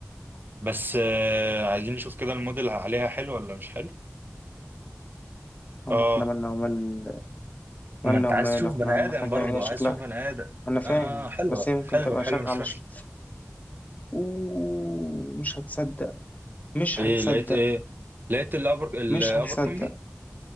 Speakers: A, on the right; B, on the left.
A: بس آه عايزين نشوف كده الموديل عليها حلو ولا مش حلو
B: أما
A: اه
B: احنا مالنا ومال مالنا
A: ما انت
B: ومال
A: عايز تشوف
B: احنا
A: بني ادم
B: أهم حاجة
A: برضه
B: هي شكلها
A: عايز تشوف بني ادم
B: انا فاهم
A: اه حلوة
B: بس هي ممكن
A: حلوة
B: تبقى
A: حلوة
B: شك
A: مش
B: على
A: فاشلة
B: شك ومش هتصدق مش
A: ايه
B: هتصدق
A: لقيت ايه لقيت الابر الابر
B: مش هتصدق
A: كومبي